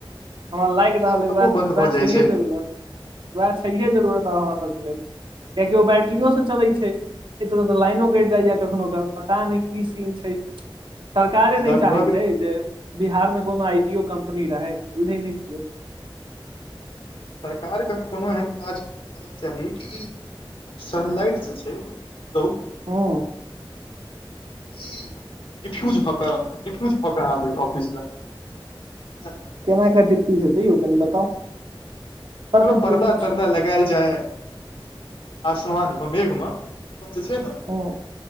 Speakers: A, on the right; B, on the left.
A: हमरा लागि
B: आइयो
A: रहल
B: लैपटॉपो
A: उह
B: बन्द भऽ
A: उह
B: जाइ छै
A: जरूरत उह छैहे जरूरत हमरा सभकें लेल किया कि ओ बैटरियोसे चलै छै एत त लाइनो कटि जाइए कखनो क पता नहि की सीन छै सरकारे
B: लगभग
A: नहि चाहैत छै जे बिहार मे कोनो आईटी यो कम्पनी रहै बुझै नहि छियै
B: सरकारकें कोनो एहन काज करअ चाही कि सनलाइट जे छै रौद
A: हँ
B: की रिफ्यूज भ क रिफ्यूज भ क आबै ऑफिस लंग
A: केना क डिफ्यूज़ हेतै यौ कनि बताउ तर्क
B: कोनो पर्दा
A: दियौ किछु
B: तर्दा लगायल जाय आसमान मे मेघ मे ओ त छै ने
A: हँ